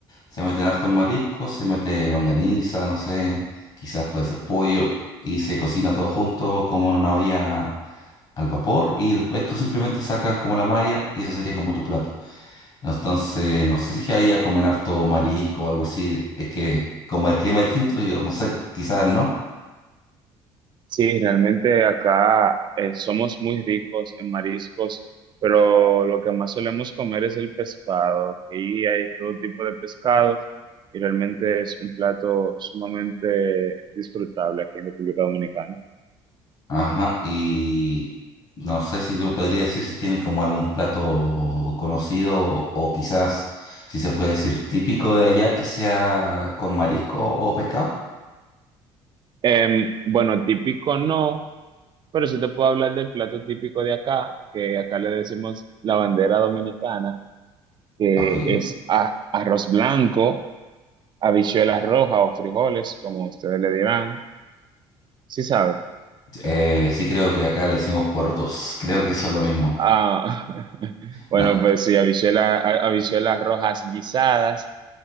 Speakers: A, on the left; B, on the right.
A: se meten hartos mariscos, se mete longaniza, no sé, quizás puede ser pollo, y se cocina todo junto como en una olla al vapor, y después tú simplemente sacas como la malla y eso sería como tu plato. Entonces, no sé si ahí ya comen harto marisco o algo así, es que como el clima es distinto, yo no sé, quizás no.
B: Sí, realmente acá eh, somos muy ricos en mariscos, pero lo que más solemos comer es el pescado. Aquí hay todo tipo de pescados y realmente es un plato sumamente disfrutable aquí en República Dominicana.
A: Ajá, y no sé si tú me podrías decir si tienen como algún plato conocido o o quizás si se puede decir típico de allá que sea con marisco o pescado.
B: Em, bueno, típico no, pero sí te puedo hablar del plato típico de acá, que acá le decimos la bandera dominicana, que
A: Ok.
B: es a- arroz blanco, habichuelas rojas o frijoles, como ustedes le dirán. Sí sabe.
A: Eh, sí creo que acá le decimos porotos. Creo que eso es lo mismo.
B: Ah, <laughs> bueno,
A: No,
B: pues sí, habichuela- ha- habichuelas rojas guisadas